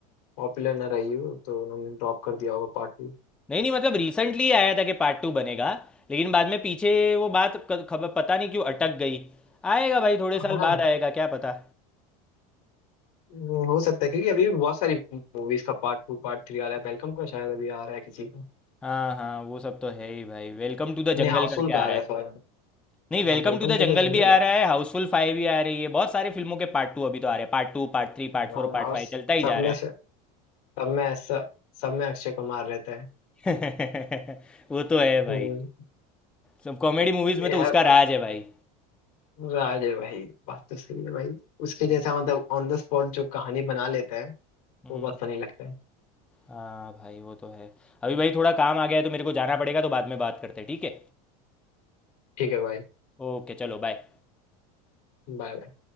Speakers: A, on the left; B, in the centre.
A: पॉपुलर ना रही हो तो उन्होंने ड्रॉप कर दिया होगा पार्ट टू
B: नहीं नहीं मतलब रिसेंटली आया था कि पार्ट टू बनेगा लेकिन बाद में पीछे वो बात क- खबर पता नहीं क्यों अटक गई आएगा भाई थोड़े
A: हाँ
B: साल बाद आएगा क्या पता
A: वो हो सकता है क्योंकि अभी भी बहुत सारी मूवीज का पार्ट टू पार्ट थ्री आ रहा है वेलकम का शायद अभी आ रहा है किसी का
B: हाँ हाँ वो सब तो है ही भाई वेलकम टू द
A: नहीं
B: जंगल
A: हाउसफुल
B: करके
A: का
B: आ
A: आ
B: रहा
A: रहा
B: है
A: है सॉरी
B: नहीं वेलकम
A: हाँ वेलकम
B: टू द
A: टू
B: जंगल
A: द जंगल
B: भी आ रहा है हाउसफुल फाइव भी आ रही है बहुत सारे फिल्मों के पार्ट टू अभी तो आ रहे हैं part two part three part
A: हाँ
B: four part
A: और
B: five
A: सब
B: चलता ही जा
A: में
B: रहा है
A: से सब में ऐसा सब में अक्षय कुमार रहता है
B: <laughs> वो तो है भाई
A: हम्म,
B: सब कॉमेडी मूवीज में
A: यार
B: तो उसका राज है भाई
A: राज है भाई बात तो सही है भाई उसके
B: हम्म,
A: जैसा मतलब ऑन द स्पॉट जो कहानी बना लेता है
B: हम्म।
A: वो बहुत फनी लगता है
B: हाँ भाई वो तो है अभी भाई थोड़ा काम आ गया है तो मेरे को जाना पड़ेगा तो बाद में बात करते हैं ठीक है
A: ठीक है भाई
B: ओके चलो बाय
A: Bye bye